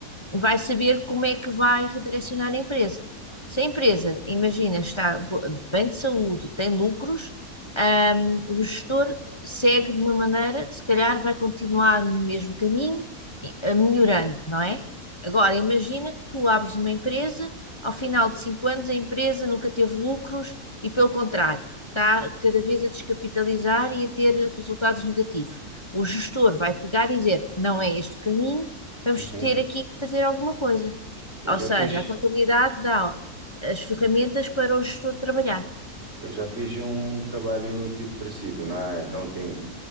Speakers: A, on the left (about 20°); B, on the right (about 45°).
A: vai saber como é que vai redirecionar a empresa. Se a empresa, imagina, está bo- bem de saúde, tem lucros, ahm, o gestor segue de uma maneira, se calhar vai continuar no mesmo caminho, e- a melhorando, não é? Agora, imagina que tu abres uma empresa, ao final de cinco anos a empresa nunca teve lucros e, pelo contrário, está cada vez a descapitalizar e a ter resultados negativos. O gestor vai pegar e dizer, não é este o caminho, vamos
B: Uhum.
A: ter aqui que fazer alguma coisa.
B: Eu
A: Ou
B: já
A: seja,
B: fiz,
A: a contabilidade dá as ferramentas para o gestor trabalhar.
B: eu já fiz um trabalho tipo parecido, não é, não tem,